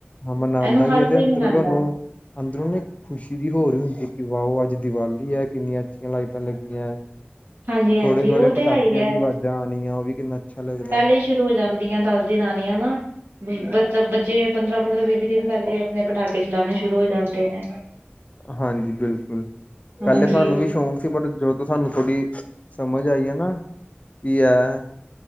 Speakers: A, on the left; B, on the right.
A: ਹਾਂ ਮਨਾਂਦਾ
B: ਇਹਨੂੰ
A: ਵੀ
B: ਹਰ
A: ਐ
B: ਕੋਈ
A: ਤੇ ਅੰਦਰੋਂ
B: ਮਨਾਉਂਦਾ
A: ਤੁਹਾਨੂੰ ਅੰਦਰੋਂ ਨਾ ਇੱਕ ਖੁਸ਼ੀ ਜੀ ਹੋਰ ਈ ਹੁੰਦੀ ਕਿ ਵਾਓ, ਅੱਜ ਦੀਵਾਲ਼ੀ ਐ ਕਿੰਨੀਆਂ ਅੱਛੀਆਂ ਲਾਈਟਾਂ ਲੱਗੀਆਂ,
B: ਹਾਂਜੀ-ਹਾਂਜੀ
A: ਥੋੜੇ-ਥੋੜੇ
B: ਉਹ
A: ਪਟਾਕਿਆਂ
B: ਤੇ ਹੈ ਹੀ ਹੈ
A: ਦੀ ਆਵਾਜ਼ਾਂ ਆਣੀਆਂ, ਉਹ ਵੀ ਕਿੰਨਾ ਅੱਛਾ ਲੱਗਦਾ
B: ਪਹਿਲੇ ਈ ਸ਼ੁਰੂ ਹੋ ਜਾਂਦੀਆਂ, ਦੱਸ ਦਿਨ ਆਣੀਆਂ ਨਾ, ਮਤਲਬ ਬੱ ਜੇ ਪੰਦਰਾਂ ਪੰਦਰਾਂ ਵੀਹ ਵੀਹ ਦਿਨ ਪਹਿਲੇ ਆਪਣੇ ਪਟਾਕੇ ਚਲਾਉਣੇ ਸ਼ੁਰੂ ਹੋ ਜਾਂਦੇ ਨੇ
A: ਹਾਂਜੀ ਬਿਲਕੁਲ
B: ਹਾਂਜੀ।
A: ਪਹਿਲੇ ਸਾਨੂੰ ਵੀ ਸ਼ੌਂਕ ਸੀ ਬਟ ਜਦੋਂ ਤੋਂ ਸਾਨੂੰ ਥੋੜ੍ਹੀ ਸਮਝ ਆਈ ਆ ਨਾ ਕੀ ਐ